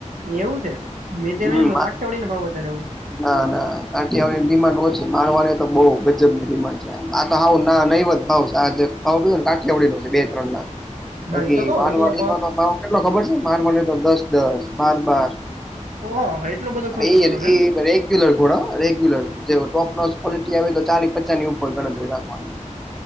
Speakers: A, on the right; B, in the centre.
A: એવું છે મેં તો
B: હમ
A: એમ કાઠિયાવાડી નો ભાવ વધારે હોય.
B: ના ના કાઠિયાવાડી ની ડિમાન્ડ ઓછી મારવાડી ની તો બો ગજબ ની ડિમાન્ડ છે. આ તો હાવ ના નહીવત ભાવ છે. આ ભાવ કીધું ને કાઠીયાવાડી નો ભાવ છે બે ત્રણ લાખ.
A: હા
B: બાકી
A: એ તો કઉ
B: મારવાડી
A: એટલો
B: નો ભાવ કેટલો ખબર છે મારવાડીનો દસ, દસ, બાર, બાર
A: ઓહો એટલો બધો
B: એ
A: ખર્ચો કરવાનો એમ.
B: એ રેગ્યુલર ઘોડો હા રેગ્યુલર જે ટોપ મોસ્ટ ઘોડો આવે તેની ચાલી પચાની ઉપર ગણતરી રાખવાની.